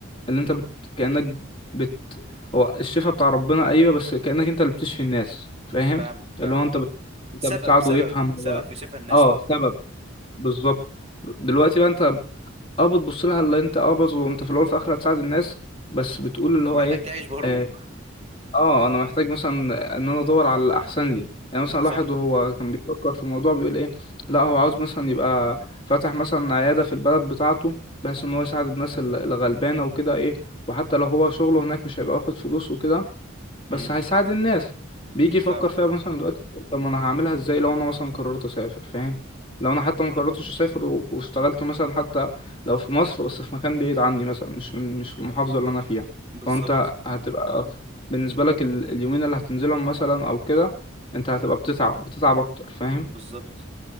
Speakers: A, on the left; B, on the right.
A: ان انت بت... كأنك بت هو الشفاء بتاع ربنا ايوه بس كأنك انت اللي بتشفي الناس فاهم
B: فاهمك فاهمك
A: اللي هو انت
B: اه
A: بت... انت
B: سبب
A: بتساعده
B: سبب
A: يفهم
B: سبب
A: هو
B: في شفا الناس
A: اه
B: طبعا
A: سبب بالظبط دلوقتي بقى انت اه بتبص لها اللي انت اه بص وانت في الاول في الاخر هتساعد الناس بس بتقول اللي هو
B: محتاج
A: ايه
B: تعيش برضه
A: آه، اه انا محتاج مثلا ان انا ادور على الاحسن لي يعني مثلا الواحد
B: صح
A: وهو كان بيفكر في الموضوع بيقول ايه لا هو عاوز مثلا يبقى فاتح مثلا عياده في البلد بتاعته بحيث ان هو يساعد الناس ال- الغلبانه وكده ايه وحتى لو هو شغله هناك مش هيبقى واخد فلوس وكده بس
B: امم
A: هيساعد الناس
B: بز-
A: بيجي
B: فاهمك
A: يفكر فيها مثلا دلوقتي يقول طب ما انا هعملها ازاي لو انا مثلا قررت اسافر فاهم لو انا حتى ما قررتش اسافر و- واشتغلت مثلا حتى لو في مصر بس في مكان بعيد عني مثلا مش من مش في المحافظة اللي انا فيها
B: بالظبط
A: فانت هتبقى بالنسبة لك ال- اليومين اللي هتنزلهم مثلا او كده انت هتبقى بتتعب بتتعب اكتر فاهم
B: بالظبط